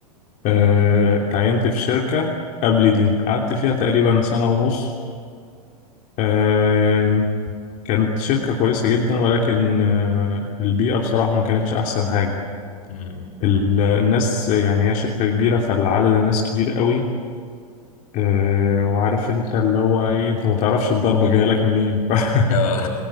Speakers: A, on the left; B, on the left.
A: آه،
B: مم.
A: اتعينت في شركة قبل دي قعدت فيها تقريبا سنة ونص آه، كانت شركة كويسة جدا ولكن آه، البيئة بصراحة ما كانتش أحسن حاجة
B: مم.
A: ال- الناس يعني هي شركة كبيرة فالعدد الناس كبير قوي آه، وعارف انت اللي هو ايه انت ما تعرفش الضربة جاية لك منين ف... <laughs>
B: اه